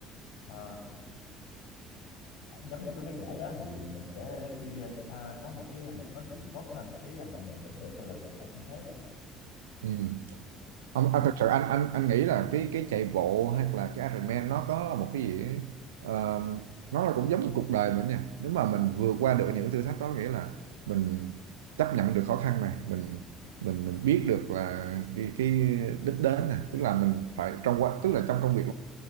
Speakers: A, on the left (about 65°); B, on the right (about 75°).
A: à, giống như có cái giải đó thì mình sẽ đi à, có một cái lịch nói chuyện tốt hơn với mọi người giống như là tôi làm được lại cũng thế á.
B: ừ. Ông, à, thật sự anh anh anh nghĩ là cái cái chạy bộ hay là cái Ironman nó có là một cái gì ấy, ờ, nó là cũng giống như cuộc đời mình nha nếu mà mình vượt qua được những thử thách đó nghĩa là mình chấp nhận được khó khăn này mình mình mình biết được là cái, cái đích đến này tức là mình phải trong quá tức là trong công việc